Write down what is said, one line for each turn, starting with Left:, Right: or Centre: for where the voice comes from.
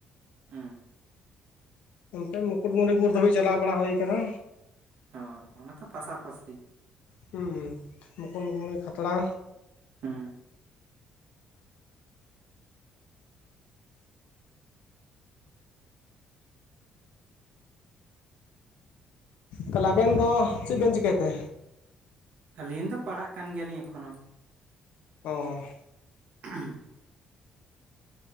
Right: ᱚᱸ
Left: ᱚᱱᱛᱮ ᱢᱩᱠᱩᱴᱢᱚᱱᱤᱯᱩᱨ ᱫᱷᱟᱹᱵᱤᱡ ᱪᱟᱞᱟᱣ ᱵᱟᱲᱟ ᱦᱩᱭᱠᱟᱱᱟ᱾
Right: ᱦᱚᱸ ᱚᱱᱮ ᱛᱚ ᱯᱟᱥᱟᱯᱟᱥᱤ᱾
Left: ᱦᱮᱸ ᱢᱩᱠᱩᱴᱢᱩᱱᱢᱤ, ᱠᱷᱟᱛᱲᱟ᱾
Right: ᱦᱩᱸ
Left: ᱛᱟᱦᱚᱞᱮ ᱟᱵᱮᱱ ᱫᱚ ᱪᱮᱫ ᱵᱮᱱ ᱪᱤᱠᱟᱹᱭᱛᱮ
Right: ᱟᱹᱞᱤᱧ ᱫᱚ ᱯᱟᱲᱦᱟᱜ ᱠᱟᱱ ᱜᱮᱭᱟᱞᱤᱧ ᱮᱠᱷᱚᱱᱳ᱾
Left: ᱚᱻ
Right: ᱦᱚ ᱩᱸ <unintelligible>